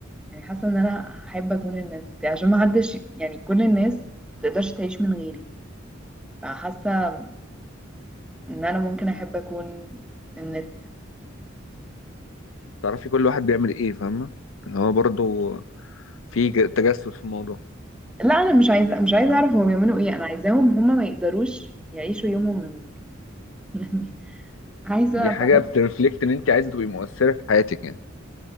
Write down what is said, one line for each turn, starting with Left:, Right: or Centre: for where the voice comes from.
Centre: يعني حاسه ان انا هحب اكون النت عشان ما حدش يعني كل الناس ما تقدرش تعيش من غيري فحاسه ان انا ممكن احب اكون النت
Left: تعرفي كل واحد بيعمل ايه فاهمة اللي هو برضه في ج- تجسس في الموضوع
Centre: لا انا مش عايزه مش عايزه اعرف هم بيعملوا ايه انا عايزاهم هم ما يقدروش يعيشوا يومهم من غيري <laughs> يعني عايزه
Left: دي حاجة
Centre: بحب
Left: بترفلكت ان انتي عايزة تبقي مؤثرة في حياتك يعني